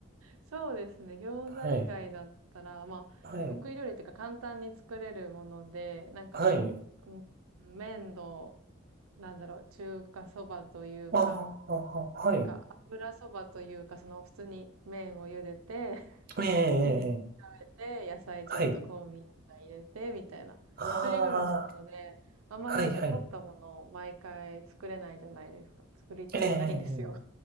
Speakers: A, on the right; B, on the right.
A: そうですね。餃子以外だったら、
B: はい。
A: まあ、
B: はい。
A: 得意料理っていうか簡単に作れるもので、なんか、
B: はい。
A: うん麺の、なんだろう、中華そばというか、
B: ああ、ああはい。
A: なんか油そばというか、その普通に麺を茹でて、<laughs>
B: ええ、え
A: ひき肉炒めて、
B: え、ええ
A: 野菜ちょっと香味野菜入れて、
B: はい。
A: みたいな。
B: あ
A: 一人暮らしなので、
B: あ、
A: あんまなんか凝ったものを毎回作れないじゃないですか。
B: はいはい。
A: 作りたくないんですよ。
B: ええ、え